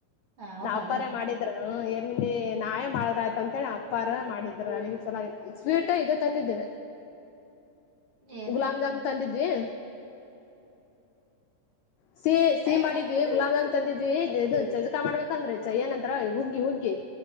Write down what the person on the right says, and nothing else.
ಹ ಹೌದಾನ
ಏನು
ಏ
ಬಾ